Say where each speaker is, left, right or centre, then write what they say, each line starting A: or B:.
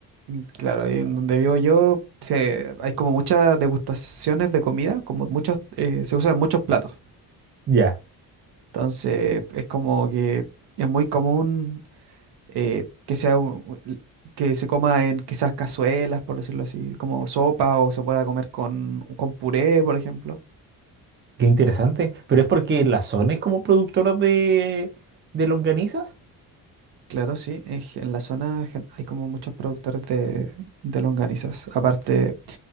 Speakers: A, on the right; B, on the right.
A: Mm, Claro, ahí en donde vivo yo se, hay como muchas degustaciones de comida, como muchos, eh, se usan muchos platos.
B: Ya,
A: Entonces es como que es muy común eh, que sea un- que se coma en quizás cazuelas, por decirlo así, como sopa o se pueda comer con, con puré, por ejemplo.
B: qué interesante. Pero es porque la zona es como productora de, de longanizas.
A: Claro, sí, en, gen- en la zona gen- hay como muchos productores de, de longanizas. Aparte,